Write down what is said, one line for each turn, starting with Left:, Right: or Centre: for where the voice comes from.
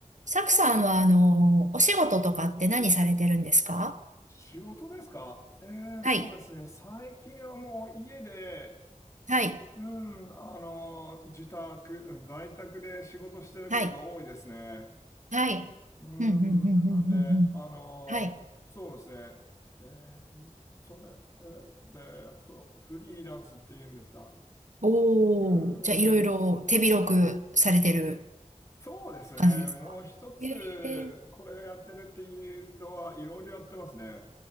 Right: サクさんは、あの、お仕事とかって何されてるんですか
Left: 仕事ですかえー、
Right: はい、
Left: そうですね。最近はもう家で、
Right: はい、
Left: うん、あの、自宅、うん在宅で仕事してることが多いですね。
Right: はい。はい、
Left: うん、
Right: うん、うん、うん、うん、
Left: なんで、
Right: うんうん。
Left: あの、
Right: はい。
Left: そうですね。えー、そうね。えーで、フフリーランスって言うんですか
Right: おー、
Left: うん、
Right: じゃあ、いろいろ手広くされてる
Left: そうですね。
Right: 感じですかえー
Left: もう一つ、これやってるっていうのは、いろいろやってますね。